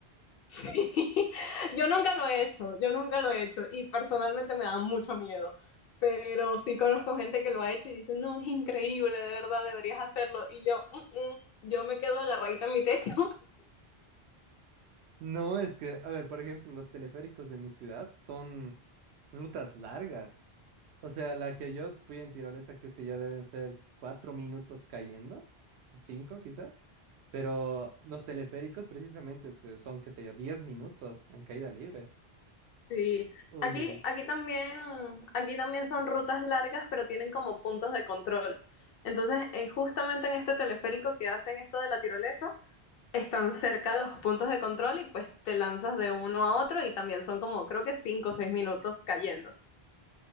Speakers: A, on the left; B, on the right.
A: <laughs> Yo nunca lo he hecho, yo nunca lo he hecho y personalmente me da mucho miedo, pero sí conozco gente que lo ha hecho y dice, no, es increíble, de verdad, deberías hacerlo. Y yo, "Mm, mm, yo me quedo agarradita en mi techo.
B: No, es que, a ver, por ejemplo, los teleféricos de mi ciudad son rutas largas. O sea, la que yo fui en tirolesa, qué sé yo, deben ser cuatro minutos cayendo, cinco quizá. Pero los teleféricos precisamente se- son, qué sé yo, 10 minutos en caída libre.
A: Sí,
B: Uy,
A: aquí,
B: uy,
A: aquí también, aquí también son rutas largas, pero tienen como puntos de control. Entonces, eh, justamente en este teleférico que hacen esto de la tirolesa, están cerca los puntos de control y pues te lanzas de uno a otro y también son como creo que cinco o seis minutos cayendo.